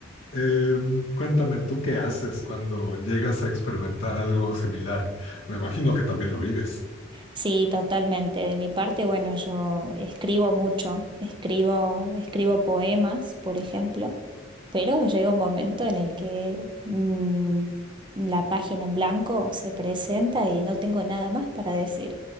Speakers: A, on the left; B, on the right.
A: Eh, cuéntame, ¿tú qué haces cuando llegas a experimentar algo similar? Me imagino que también lo vives.
B: Sí, totalmente. De mi parte, bueno, yo escribo mucho, escribo, escribo poemas, por ejemplo, pero llega un momento en el que mm, la página en blanco se presenta y no tengo nada más para decir.